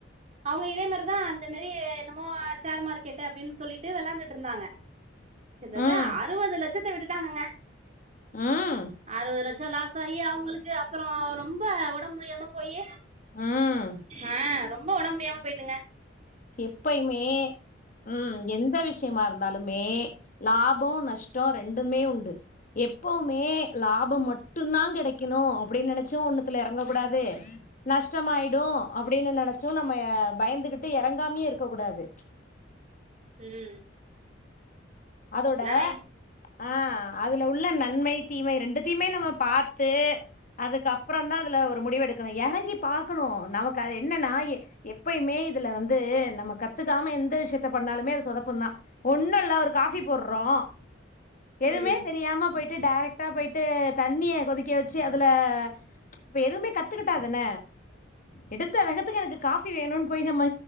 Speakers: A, on the right; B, on the left.
A: அவங்க இதே மாறிதா அந்த மாறி என்னமோ ஷேர் மார்க்கெட்டு அப்டின்னு சொல்லிட்டு வெளாண்டுட்டு இருந்தாங்க கிட்டட்ட
B: ம்
A: அறுவது லட்சத்த விட்டுட்டாங்கங்க
B: ம்
A: அறுவ லட்ச் சம் லாஸ் ஆகி அவங்களுக்கு அப்றோ ரொம்ப ஒடம் முடியாம போயி
B: ம்
A: ஆ ரொம்ப ஒடம்பு முடியாம போய்ட்டுங்க
B: எப்பயுமே ம் எந்த விஷ யமா இருந்தாலுமே லாப நஷ்ட ரெண்டுமே உண்டு எப்பவுமே லாபம் மட்டுந்தா கெடைக்கனு அப்டினு நெனச்சு ஒண்ணுத்துல எறங்க கூடாது நஷ்டமாயிடும் அப்டின்னு நெனச்சு நம்ம பயந்துகிட்டு எறங்காமயு இருக்க கூடாது
A: ம்
B: அதோட
A: எல்லாம் ரைட்
B: ஆ அதுல உள்ள நன்மை தீமை ரெண்டுத்தியுமே நம்ம பாத்து அதுக்கு அப் அப்புறந்தா அதுல ஒரு முடிவு எடுக்கனு எறங்கி பாக்கனு நமக்கு அது என்னென்ன எ எப்பயுமே இதுல வந்து நம்ம கத்துக்காம எந்த விஷயத்த பண்ணாலுமே அது சொதப்பும் தா ஒண்ணுல்ல ஒரு காஃபி போட்றோ எதுவுமே
A: ம்
B: தெரியாம போய்ட் ட்டு டைரக்ட்டா போய்ட்டு தண்ணிய கொதிக்க வச்சு அதுல இப்ப எதுவ்மே கத்துக்கிட்டாதான எடுத்த வேகத்துக்கு எனக்கு காஃபி வேணுன்னு போய் நம்ம